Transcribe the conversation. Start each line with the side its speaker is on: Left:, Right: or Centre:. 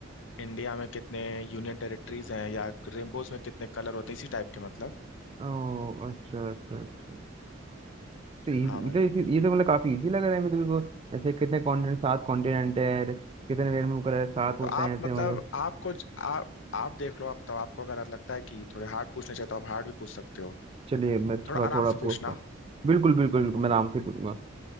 Left: इंडिया में कितने यूनियन टेरिटरीज हैं या रेनबोज में कितने कलर होते हैं इसी टाइप के मतलब
Right: ओ अच्छा अच्छा अच्छा तो ये
Left: हाँ भाई
Right: ये तो इसी- ये तो मतलब काफी इजी लग रहा है मेरे को ऐसे कितने कॉन्टिनेंट सात कॉन्टिनेंट है कितने रेनबो कलर है सात होते
Left: तो आप
Right: हैं ऐसे
Left: मतलब
Right: मतलब
Left: आपको ज- आप आप देख लो आप तो आपको अगर लगता है कि थोड़े हार्ड पूछने चाहिए तो आप हार्ड भी पूछ सकते हो
Right: चलिए मैं थोड़ा
Left: थोड़ा आराम
Right: थोड़ा पूछता
Left: से पूछना
Right: हूँ बिल्कुल बिल्कुल बिल्कुल मैं आराम से पूछूंगा